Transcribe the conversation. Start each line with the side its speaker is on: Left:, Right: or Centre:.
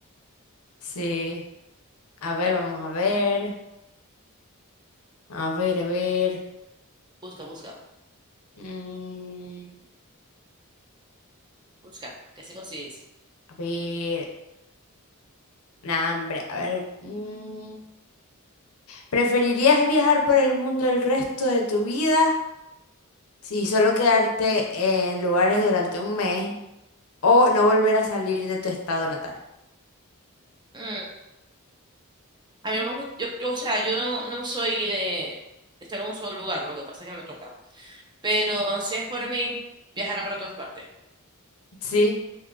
Left: Sí. A ver,
Right: Está bien.
Left: vamos a ver. A ver, a ver.
Right: Busca, busca.
Left: Mm.
Right: Busca, que se consigues.
Left: A ver, nah, hombre, a ver. mm, ¿preferirías viajar por el mundo el resto de tu vida y solo quedarte en lugares durante un mes o no volver a salir de tu estado natal?
Right: Mm, A mí me gusta, yo, yo, o sea, yo no, no soy de, de estar en un solo lugar, lo que pasa es que me toca. Pero si es por mí, viajará para todas partes.
Left: Sí,